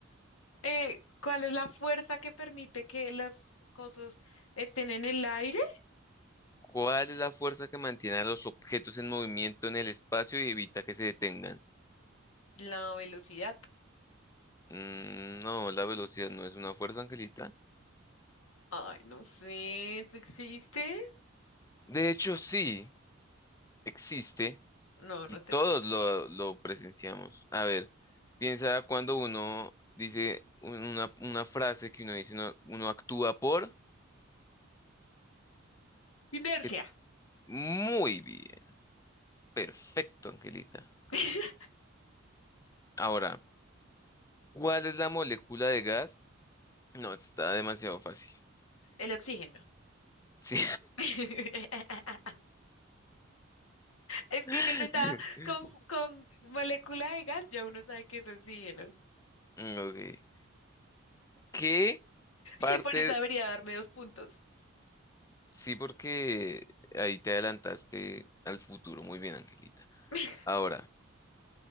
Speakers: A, on the left; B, on the left.
A: Eh, ¿cuál es la fuerza que permite que las cosas estén en el aire?
B: ¿Cuál es la fuerza que mantiene a los objetos en movimiento en el espacio y evita que se detengan?
A: La velocidad.
B: Mm, no, la velocidad no es una fuerza, Angelita.
A: Ay, no sé, ¿eso existe?
B: De hecho, sí, existe
A: No, no
B: y
A: tengo.
B: todos lo, lo presenciamos. A ver, piensa cuando uno dice un- una, una frase que uno dice, uno, uno actúa por...
A: Inercia.
B: que- Muy bien, perfecto, Angelita.
A: <laughs>
B: Ahora, ¿cuál es la molécula de gas? No, está demasiado fácil.
A: El oxígeno.
B: Sí.
A: <laughs> Es
B: <laughs>
A: que yo no estaba con, con molécula de gas, ya uno sabe que es oxígeno.
B: Ok. ¿Qué parte?
A: Che, por eso debería darme dos puntos.
B: Sí, porque ahí te adelantaste al futuro. Muy bien, Angelita.
A: <laughs>
B: Ahora,